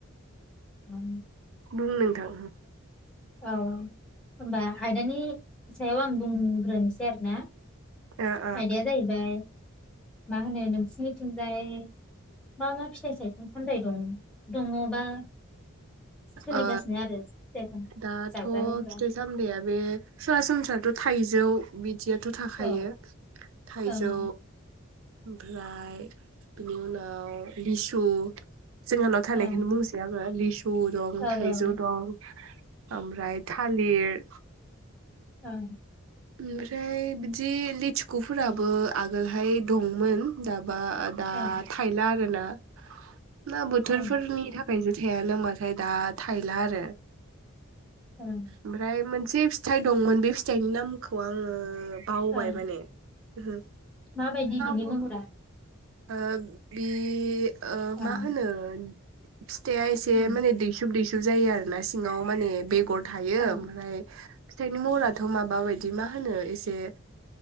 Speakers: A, in the centre; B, on the right (about 65°).
A: त
B: बुं नोंथां।
A: औ। होमबा आयदानि सायाव आं बुंग्रोनोसोय आरो ना।
B: ओ ओ
A: आइदाया जाहैबाय मा होनो नोंसिनि थिंजाय म मा फिथाइ सायखं सायथाय दं। दङ बा सोलिगासिनो
B: ओ
A: आरो फिथाइ सामथाइ
B: दाथ'
A: जाग्रा लोंग्रा
B: फिथाइ सामथायाइया बे सरासनस्रा थ' थाइजौ बिदिया थ' थाखायो
A: औ
B: थाइजौ
A: ओं
B: ओमफ्राय बिनि उनाव लिसु जोंहा थानायखोनो
A: ओं
B: बुंसै आङो लिसु दं
A: औ
B: थाइजौ
A: ओं
B: दं ओमफ्राय थालिर
A: उ
B: ओमफ्राय बिदि लेथिखुफोराबो आगोलहाय दंमोन दा माबा दा
A: ओं
B: थायला आरो ना। ना बोथोरफोरनि
A: ओं
B: थाखा बायजो थायानो हबाथाय दा थायला आरो
A: ओं
B: ओमफ्राय मोनसे फिथाइ दंमोन बे फिथाइनि नाम खौ आङो बाव
A: ओं
B: बाय माने ओहो
A: माबायदि बिनि
B: मा
A: महरा?
B: ओ बि ओ
A: ओं
B: मा होनो फिथाइया एसे
A: ओं
B: माने दैसुब दैसु जायो आरोना सिङाव माने बेगर थायो
A: ओं
B: ओमफ्राय फिथाइनि महराथ' माबा बायदि मा होनो एसे